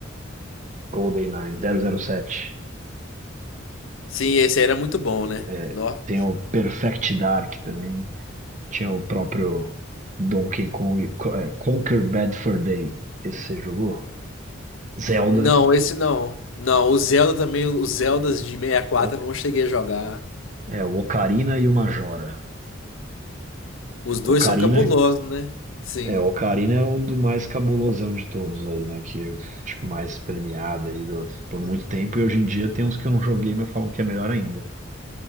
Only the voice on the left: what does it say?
Sim, esse aí era muito bom, né?
Nó.
Não, esse não. Não, o Zelda também, os Zeldas de 64
eu não cheguei a jogar.
Os dois
são cabulosos, né? Sim.